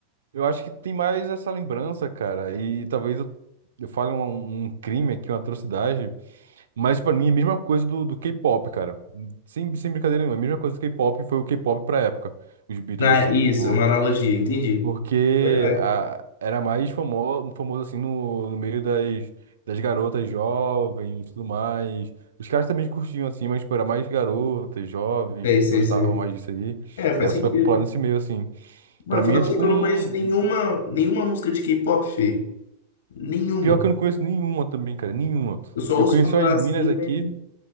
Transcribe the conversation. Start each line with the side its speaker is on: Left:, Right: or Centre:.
Right: Eu acho que tem mais essa lembrança, cara. E talvez eu, eu fale um, um crime aqui, uma atrocidade. Mas pra mim é a mesma coisa do, do K-pop, cara. Sem, sem brincadeira nenhuma, é a mesma coisa do K-pop foi o K-pop pra época. Os Beatles,
Left: Na,
Right: assim,
Left: isso,
Right: tipo.
Left: é uma analogia, entendi.
Right: Porque
Left: Verdade.
Right: a, era mais famoso, famoso assim, no, no meio das, das garotas jovens e tudo mais. Os caras também curtiam, assim, mas, tipo, era mais garotas, jovens,
Left: Sei,
Right: que
Left: sei,
Right: gostavam
Left: sei.
Right: mais disso aí.
Left: É, faz
Right: E Era
Left: sentido.
Right: super popular nesse meio, assim.
Left: Mano,
Right: Pra mim
Left: falar
Right: é,
Left: pra
Right: tipo,
Left: você que
Right: um...
Left: eu não conheço nenhuma nenhuma música de K-pop, Fê. Nenhuma.
Right: Pior que eu não conheço nenhuma também, cara, nenhuma.
Left: Eu só
Right: Eu
Left: ouço
Right: conheço
Left: falar
Right: as
Left: assim,
Right: minas aqui
Left: mas